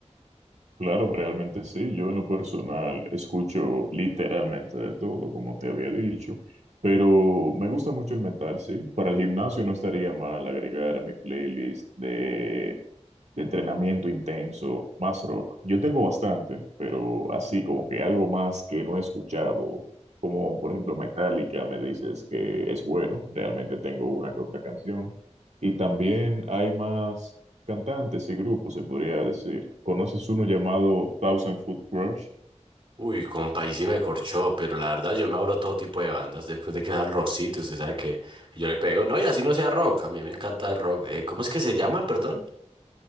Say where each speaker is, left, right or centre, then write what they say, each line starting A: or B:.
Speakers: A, on the right; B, on the right.
A: Claro, realmente sí. Yo en lo personal escucho literalmente de todo, como te había dicho, pero me gusta mucho el metal, sí. Para el gimnasio no estaría mal agregar a mi playlist de, de entrenamiento intenso, más rock. Yo tengo bastante, pero así como que algo más que no he escuchado, como por ejemplo Metallica, me dices que es bueno, realmente tengo una que otra canción. Y también hay más cantantes y grupos, se podría decir. ¿Conoces uno llamado Thousand Foot Crush?
B: Uy, compa, y sí me corchó, pero la verdad yo me abro a todo tipo de bandas. Después de que sea el rockcito, usted sabe que que yo le pego. No, y así no sea rock, a mí me encanta el rock. Eh, ¿cómo es que se llama, perdón?